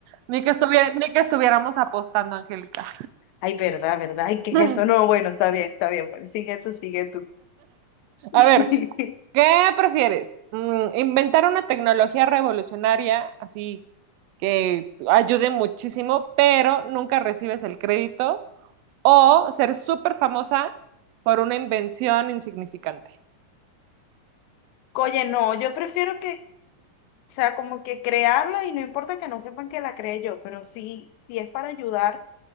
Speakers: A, on the right; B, on the left.
A: Ni que estuviera, ni que estuviéramos apostando, Angélica.
B: Ay, verdad, verdad. Ay, ¿qué
A: <laughs>
B: es eso? No, bueno, está bien, está bien. Bueno, sigue tú, sigue tú.
A: A
B: <laughs>
A: ver, ¿qué prefieres? Mm, ¿Inventar una tecnología revolucionaria así que ayude muchísimo, pero nunca recibes el crédito? ¿O ser súper famosa por una invención insignificante?
B: Oye, no, yo prefiero que, o sea, como que crearla y no importa que no sepan que la creé yo, pero sí, sí es para ayudar